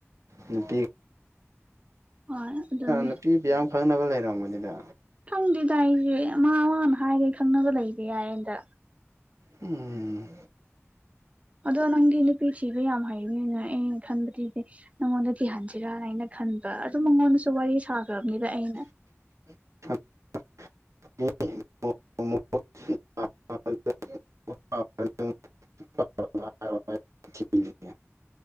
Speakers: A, on the right (about 85°); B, on the right (about 25°).
A: ꯅꯨꯄꯤꯒ__
B: ꯍꯣꯏ ꯑꯗꯨꯅꯦ
A: <unintelligible> ꯅꯨꯄꯤ ꯕꯤꯌꯥꯝ ꯈꯪꯅꯕ ꯂꯩꯔꯝꯒꯅꯤꯗ
B: ꯈꯪꯗꯦꯗ ꯑꯩꯗꯤ ꯃꯥ ꯃꯥ ꯍꯥꯏꯕꯩ ꯈꯪꯅꯕ ꯂꯩꯕ ꯌꯥꯏ ꯑꯦꯟꯗ
A: ꯎꯝ
B: ꯑꯗꯣ ꯅꯪꯗꯤ ꯅꯨꯄꯤ ꯊꯤꯕ ꯌꯥꯝ ꯍꯩꯅꯤꯅ ꯑꯩꯅ ꯈꯟꯕꯗꯤꯁꯦ ꯅꯪꯉꯣꯟꯗ ꯊꯤꯍꯟꯁꯤꯔꯥꯅ ꯍꯥꯏꯅ ꯈꯟꯕ ꯑꯗꯨ ꯃꯉꯣꯟꯗꯁꯨ ꯋꯥꯔꯤ ꯁꯥꯈ꯭ꯔꯕꯅꯤꯗ ꯑꯩꯅ
A: <unintelligible> <unintelligible> <unintelligible>